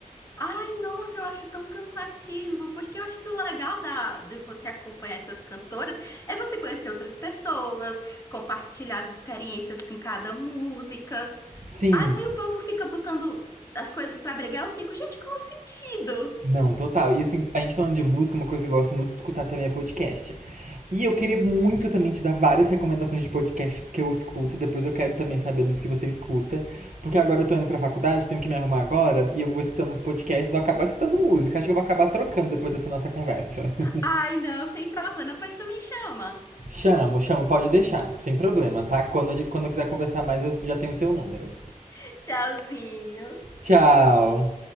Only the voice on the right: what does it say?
Sim,
Não, total. E assim, a gente falando de música, uma coisa que eu gosto muito de escutar também é podcast. E eu queria muito também te dar várias recomendações de podcasts que eu escuto. Depois eu quero também saber dos que você escuta. Porque agora eu tô indo pra faculdade, tenho que me arrumar agora. E eu vou escutando uns podcasts, vou acabar escutando música. Acho que eu vou acabar trocando depois dessa nossa conversa. <laughs>
Chamo, chamo, pode deixar. Sem problema, tá? Quando, a gente- quando eu quiser conversar mais, eu já tenho o seu número.
Tchau!